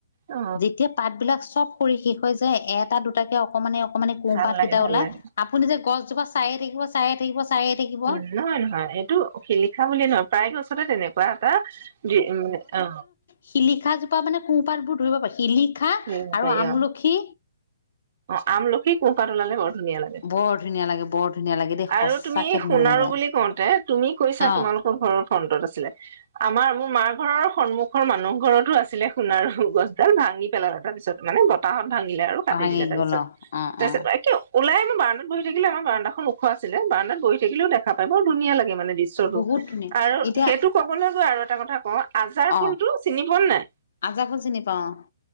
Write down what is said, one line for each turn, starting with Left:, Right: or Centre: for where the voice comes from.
Right: অ
Left: যেতিয়া পাতবিলাক চব কৰি শেষ হয় যাই, এটা দুটাকে অকমানে অকমানে কোপাতকেইটা
Right: ভাল লাগে ভাল
Left: ওলাই
Right: লাগে
Left: আপুনি যে গছজোপা চায়ে থাকিব চায়ে থাকিব চায়ে থাকিব
Right: উম নহয় নহয় এইটো শিলিখা বুলিয়ে নহয়, প্ৰায় গছতে তেনে কোৱা এটা দি অ
Left: শিলিখা জোপা মানে কোহপাতবোৰ ধৰিব পাৰো, শিলিখা
Right: ধৰিব
Left: আৰু
Right: পাৰি
Left: আমলখি
Right: অ অ আমলখি কোহপাত ওলালে <unintelligible> ধুনীয়া লাগে।
Left: বৰ ধুনীয়া লাগে বৰ ধুনীয়া লাগে দেই
Right: আৰু
Left: সঁচাকে
Right: তুমি
Left: ধুনীয়া
Right: সোণাৰো
Left: লাগে
Right: বুলি কওঁতে তুমি কৈছা
Left: অ
Right: তোমালোক ঘৰৰ ফ্ৰণ্টত আছিলে। আমাৰ মোৰ মাৰ ঘৰৰ সন্মুখৰ মানুহ ঘৰতো আছিলে সোণাৰ গছডাল ভাঙি পেলালে তাৰপিছত। মানে বতাহত ভাঙিলে আৰু কাটি
Left: ভাঙি
Right: দিলে তাৰপিছত।
Left: গল অ অ
Right: তাৰপিছত
Left: অ
Right: <unintelligible> ওলাই মই বাৰান্দাত বহি থাকিলে আমাৰা বাৰান্দাখন ওখ আছিলে বাৰান্দাত বহি থাকিলও দেখা পায় বৰ ধুনীয়া লাগে দৃ শ্যটো,
Left: বহুত ধুনীয়া
Right: আৰু
Left: এতিয়া
Right: সেইটো কবলৈ গৈ আৰু এটা কথা কও আজাৰ ফুলটো
Left: অ
Right: চিনি পোৱা নে নাই?
Left: আজাৰ ফুল চিনি পাওঁ